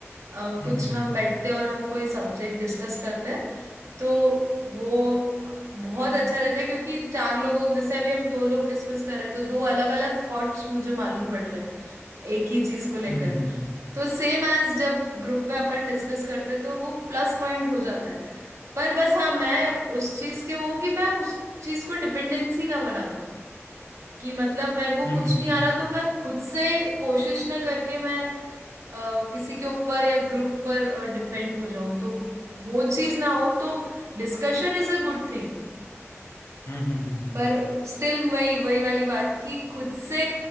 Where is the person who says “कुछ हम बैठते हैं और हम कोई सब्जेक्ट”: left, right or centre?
Right